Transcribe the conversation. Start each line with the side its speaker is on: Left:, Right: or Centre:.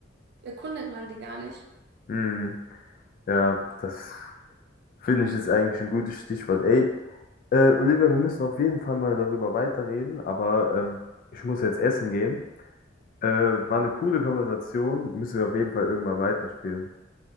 Right: erkundet man die gar nicht.
Left: Hm. Ja, das finde ich ist eigentlich ein gutes Stichwort. Ey, Äh, Olivia, wir müssen auf jeden Fall mal darüber weiterreden, aber ähm, ich muss jetzt essen gehen. Äh, war eine coole Konversation, müssen wir auf jeden Fall irgendwann weiterspielen.